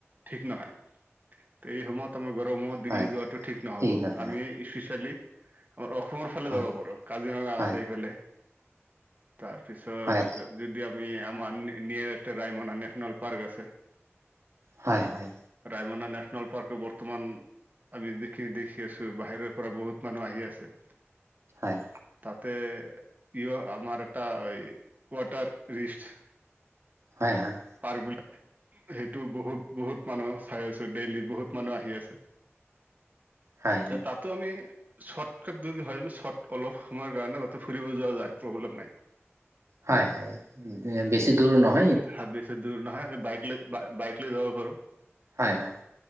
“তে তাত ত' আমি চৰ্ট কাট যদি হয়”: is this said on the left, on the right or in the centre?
Right